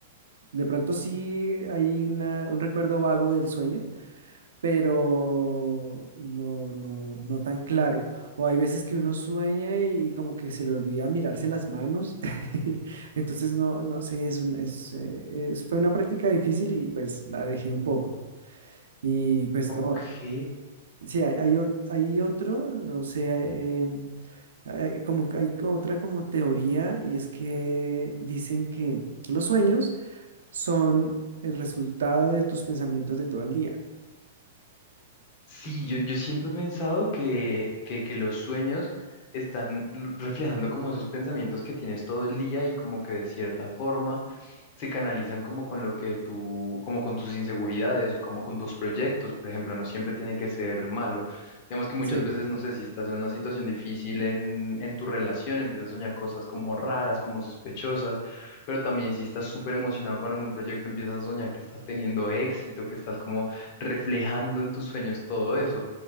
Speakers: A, on the right; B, on the left.
A: de pronto sí hay una- un recuerdo vago del sueño, pero no, no, no tan claro. O hay veces que uno sueña y, y como que se le olvida mirarse las manos. <laughs> Entonces, no, no sé, es un- es, eh, es- fue una práctica difícil y pues la dejé un poco. Y pues
B: Ok.
A: no, sí, hay, hay, o- hay otro, no sé, em, hay como que hay co- otra como teoría y es que dicen que los sueños son el resultado de tus pensamientos de todo el día.
B: Sí, yo, yo siempre he pensado que, que, que los sueños están l- reflejando como esos pensamientos que tienes todo el día y como que de cierta forma se canalizan como con lo que tú, como con tus inseguridades o como con tus proyectos, por ejemplo, no siempre tienen que ser malo. Digamos que muchas
A: Sí,
B: veces, no sé, si estás en una situación difícil en, en tu relación, empiezas a soñar cosas como raras, como sospechosas, pero también si estás súper emocionado con algún proyecto, empiezas a soñar que estás teniendo éxito, que estás como reflejando en tus sueños todo eso.